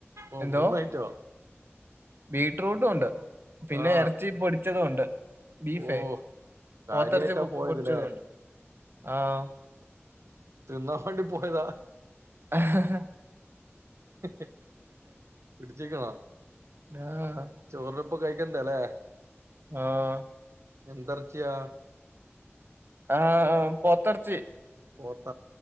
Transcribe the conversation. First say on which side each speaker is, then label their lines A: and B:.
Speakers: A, on the right; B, on the right.
A: ഓ
B: എന്തോ
A: മൂന്നായിറ്റോ
B: ബീറ്റ്റൂട്ടും ഉണ്ട് പിന്നെ
A: ആ
B: ഇറച്ചി പൊടിച്ചതും ഉണ്ട് ബീഫേ
A: ഓ കാര്യായിട്ടാ
B: പോത്തെറച്ചി
A: പോയതില്ലേ
B: പൊടിച്ചതും ഒണ്ട് ആഹ്
A: തിന്നാ വേണ്ടി പോയതാ
B: ആഹ്ഹ്ഹ്
A: ഹ് ഹ് പിടിച്ചിക്കണോ
B: ആഹ്
A: ചോറിപ്പ കഴിക്കണ്ടെല്ലേ
B: ആഹ
A: എന്തർച്ചിയാ
B: ആഹ് ആംപൊത്തറച്ചി
A: പോത്ത